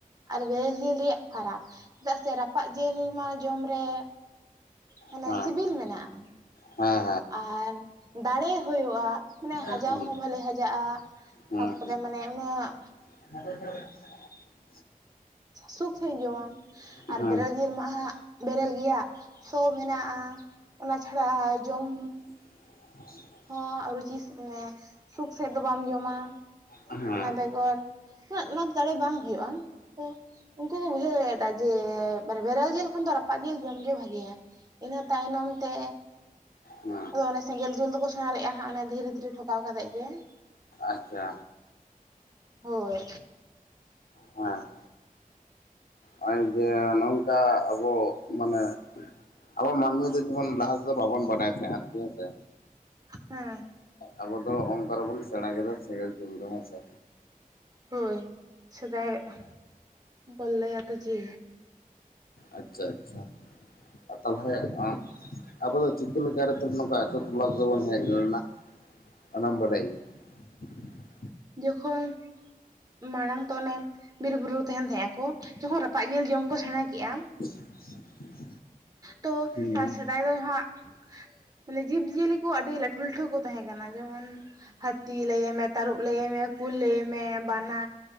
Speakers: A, on the right (about 25°); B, on the left (about 85°).
A: ᱟᱨ ᱵᱮᱨᱮᱞ ᱡᱮᱞ ᱨᱮᱭᱟᱜ ᱯᱷᱟᱨᱟᱠ᱾ ᱪᱮᱫᱟᱜ ᱥᱮ ᱨᱟᱯᱟᱜ ᱡᱮᱞ ᱢᱟ ᱡᱚᱢ ᱨᱮ ᱢᱟᱱᱮ
B: ᱦᱮᱸ
A: ᱥᱤᱵᱤᱞ ᱢᱮᱱᱟᱜᱼᱟ᱾
B: ᱦᱮᱸ
A: ᱟᱨ ᱫᱟᱲᱮ ᱦᱳᱭᱳᱜᱼᱟ᱾ ᱢᱟᱱᱮ ᱦᱟᱡᱟᱣ
B: ᱦᱮᱸ ᱦᱩᱸ
A: ᱦᱚᱸ ᱵᱷᱟᱞᱮ ᱦᱟᱡᱟᱜᱼᱟ᱾
B: ᱦᱩᱸ
A: ᱛᱟᱯᱚᱨᱮ ᱢᱟᱱᱮ ᱩᱱᱟᱜ
B: <inaudible>
A: ᱥᱩᱠ ᱥᱟᱹᱦᱤᱡ ᱡᱚᱢᱟᱢ,
B: ᱦᱩᱸ
A: ᱟᱨ ᱵᱮᱨᱮᱞ ᱡᱮᱞ ᱢᱟ ᱦᱟᱸᱜ ᱵᱮᱨᱮᱞ ᱜᱮᱭᱟ ᱥᱚ ᱢᱮᱱᱟᱜᱼᱟ, ᱚᱱᱟ ᱪᱷᱟᱲᱟ ᱡᱚᱢ
B: <inaudible>
A: ᱦᱚᱸ ᱟ ᱨᱩᱪᱥ ᱢᱟᱱᱮ ᱥᱩᱠᱷ ᱥᱟᱺᱦᱤᱫ ᱫᱚ ᱵᱟᱢ ᱡᱚᱢᱟ
B: ᱦᱩᱸ
A: ᱚᱱᱟ ᱵᱮᱜᱚᱨ ᱩᱱᱟᱹᱜ ᱢᱟᱛ ᱫᱟᱲᱮ ᱵᱟᱝ ᱦᱳᱭᱳᱜᱼᱟ, ᱛᱚ ᱩᱝᱠᱩ ᱠᱚ ᱵᱩᱡᱷᱟᱹᱣ ᱫᱟᱲᱮᱭᱟᱫᱟ ᱡᱮ, ᱵᱮᱨᱮᱞ ᱡᱮᱞ ᱠᱷᱚᱱ ᱫᱚ ᱨᱟᱯᱟᱜ ᱡᱮᱞ ᱡᱚᱢ ᱜᱮ ᱵᱷᱟᱜᱮᱭᱟ ᱾ ᱤᱱᱟᱹ ᱛᱟᱭᱱᱚᱢ ᱛᱮ
B: ᱦᱩᱸ
A: ᱟᱫᱚ ᱚᱱᱮ ᱥᱮᱸᱜᱮᱞ ᱡᱳᱞ ᱫᱚᱠᱚ ᱥᱮᱬᱟ ᱞᱮᱜᱼᱟ ᱦᱟᱸᱜ ᱚᱱᱮ ᱫᱷᱤᱨᱤ ᱫᱷᱤᱨᱤ ᱴᱷᱚᱠᱟᱣ ᱠᱟᱛᱮᱫ ᱜᱮ ᱾
B: ᱟᱪᱪᱷᱟ᱾
A: ᱦᱳᱭ᱾
B: ᱦᱮᱸ ᱦᱚᱸᱜᱼᱚᱭ ᱡᱮ ᱱᱚᱝᱠᱟ ᱟᱵᱚ ᱢᱟᱱᱮ ᱟᱵᱚ ᱢᱟᱹᱱᱢᱤ ᱫᱚ ᱡᱮᱢᱚᱱ ᱞᱟᱦᱟ ᱛᱮᱫᱚ ᱵᱟᱵᱚᱱ ᱵᱟᱰᱟᱭ ᱛᱟᱦᱮᱸᱜ ᱟᱨᱠᱤ ᱦᱮᱸ ᱥᱮ
A: ᱦᱮᱸ
B: ᱟᱵᱚ ᱫᱚ ᱚᱝᱠᱟ ᱨᱮ ᱵᱚᱱ ᱥᱮᱬᱟ ᱠᱮᱫᱟ ᱥᱮᱸᱜᱮᱞ ᱡᱩᱞ ᱫᱚ ᱦᱮᱸ ᱥᱮ
A: ᱦᱳᱭ ᱥᱮᱫᱟᱭ ᱦᱚᱠᱚ ᱞᱟᱹᱭᱟ ᱛᱚ ᱡᱮ
B: ᱟᱪᱪᱷᱟ ᱟᱪᱪᱷᱟ, ᱟᱨ ᱛᱟᱦᱚᱞᱮ ᱟᱵᱚ ᱫᱚ ᱪᱤᱠᱟᱹ ᱞᱮᱠᱟ ᱨᱮ ᱛᱟᱦᱟᱞᱮ ᱟᱛᱳ ᱴᱚᱞᱟ ᱨᱮᱫᱚ ᱵᱚᱱ ᱦᱮᱡ ᱞᱮᱱᱟ, ᱚᱱᱟᱢ ᱵᱟᱰᱟᱭ ᱜᱮᱭᱟ <inaudible>
A: ᱡᱚᱠᱷᱚᱱ ᱢᱟᱲᱟᱝ ᱛᱚ ᱚᱱᱮ ᱵᱤᱨ ᱵᱩᱨᱩ ᱛᱟᱦᱮᱱ ᱛᱟᱦᱮᱜ ᱟᱠᱚ ᱡᱚᱠᱷᱚᱱ ᱨᱟᱯᱟᱜ ᱡᱤᱞ ᱡᱚᱢ ᱠᱚ ᱥᱮᱬᱟ ᱠᱮᱜ-ᱟ ᱾
B: <inaudible>
A: ᱛᱚ
B: ᱜᱮᱭᱟ
A: ᱟᱨ ᱥᱮᱫᱟᱭ ᱫᱚ ᱦᱟᱸᱜ ᱢᱟᱱᱮ ᱡᱤᱵᱽ-ᱡᱤᱭᱟᱹᱞᱤ ᱠᱚ ᱟᱹᱰᱤ ᱞᱟᱹᱴᱷᱩ ᱞᱟᱹᱴᱷᱩ ᱠᱚ ᱛᱟᱦᱮᱸ ᱠᱟᱱᱟ ᱡᱮᱢᱚᱱ ᱦᱟᱹᱛᱤ ᱞᱟᱹᱭᱮ ᱢᱮ ᱛᱟᱹᱨᱩᱵ ᱞᱟᱹᱭᱮ ᱢᱮ ᱠᱩᱞ ᱞᱟᱹᱭᱮ ᱢᱮ ᱵᱟᱱᱟ